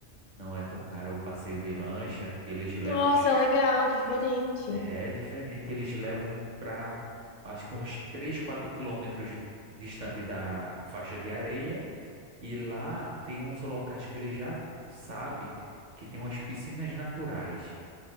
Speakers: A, on the right (about 55°); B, on the left (about 60°).
A: não é tão caro o passeio de lancha, que eles levam,
B: Nossa, legal, diferente.
A: é diferente, eles levam para, acho que uns 3 4 quilômetros distante da faixa de areia, e lá tem uns locais que eles já sabem que tem umas piscinas naturais.